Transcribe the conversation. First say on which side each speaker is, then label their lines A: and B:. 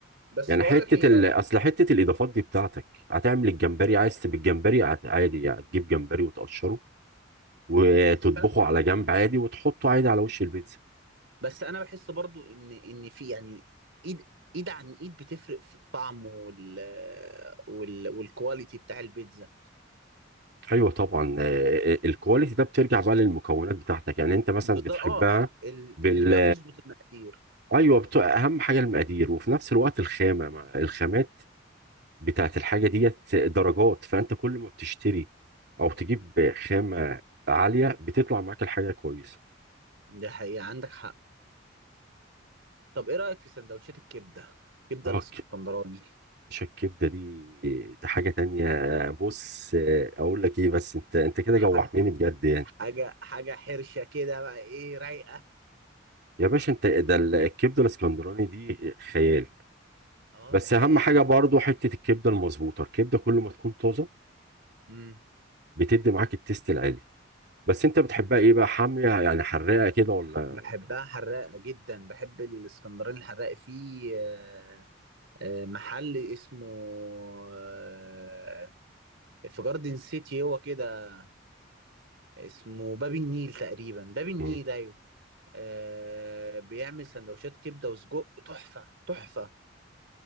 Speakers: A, on the right; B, on the right.
A: بس
B: يعني
A: بقول
B: حته
A: لك ايه
B: ال... اصل حته الاضافات دي بتاعتك هتعمل الجمبري عايز تبقى الجمبري هت- عادي يعني هتجيب جمبري وتقشره وتطبخه
A: ب-
B: على جنب عادي وتحطه عادي على وش البيتزا
A: بس انا بحس برضو ان ان في يعني ايد ايد عن ايد بتفرق في الطعم وال وال والكواليتي بتاع البيتزا
B: ايوه طبعا آه، آه، الكواليتي ده بترجع بقى للمكونات بتاعتك يعني انت مثلا
A: بالظبط
B: بتحبها
A: اه ال-
B: بال
A: اللي بيعرف يظبط المقادير
B: ايوه بت... اهم حاجه المقادير وفي نفس الوقت الخامه ما- الخامات بتاعت الحاجه ديت درجات فانت كل ما بتشتري او تجيب خامه عاليه بتطلع معاك الحاجه كويسه
A: ده حقيقة عندك حق طب ايه رأيك في سندوتشات الكبدة الكبدة
B: اه
A: الاسكندراني
B: كبشه الكبده دي دي حاجه تانية بص آه، اقول لك ايه بس انت انت كده
A: ح-
B: جوعتني بجد يعني
A: حاجة حاجة حرشة كده بقى ايه رايقة
B: يا باشا انت ده ال- الكبده الاسكندراني دي خيال
A: اه
B: بس
A: دي حقيقة
B: اهم حاجه برضو حته الكبده المظبوطه الكبده كل ما تكون طازه
A: امم
B: بتدي معاك التيست العالي بس انت بتحبها ايه بقى حاميه يعني حراقه كده ولا
A: بحبها حراقة جدا بحب الاسكندراني الحراق في آه، آه، محل اسمه آه، في جاردن سيتي هو كده اسمه باب النيل تقريبا باب النيل
B: مم.
A: ايوه آه بيعمل سندوتشات كبده وسجق تحفه تحفه